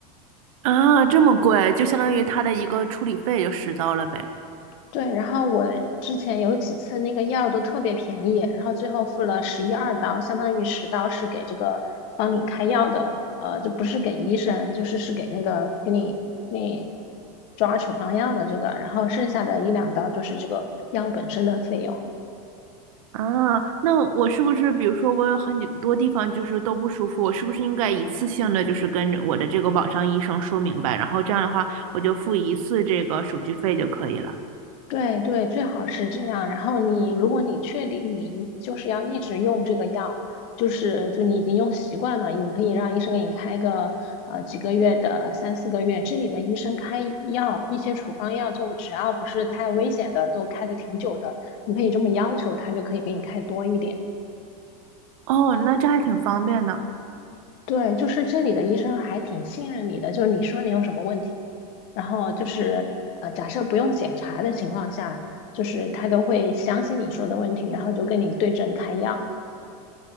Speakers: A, on the right; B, on the left.
A: 啊，这么贵，就相当于他的一个处理费就十刀了呗。
B: 对，然后我之前有几次那个药都特别便宜，然后最后付了十一二刀，相当于十刀是给这个帮你开药的，呃，就不是给医生，就是是给那个给你给你抓处方药的这个，然后剩下的一两刀就是这个药本身的费用。
A: 啊，那我是不是，比如说我有很多地方就是都不舒服，我是不是应该一次性的就是跟着我的这个网上医生说明白，然后这样的话我就付一次这个手续费就可以了？
B: 对对，最好是这样。然后你，如果你确定你就是要一直用这个药，就是就你已经用习惯了，你可以让医生给你开个呃几个月的三四个月，这里的医生开药，一些处方药就只要不是太危险的，都开的挺久的，你可以这么要求，他就可以给你开多一点。
A: 哦，那这还挺方便的。
B: 对，就是这里的医生还挺信任你的，就是你说你有什么问题，然后就是呃，假设不用检查的情况下，就是他都会相信你说的问题，然后就跟你对症开药。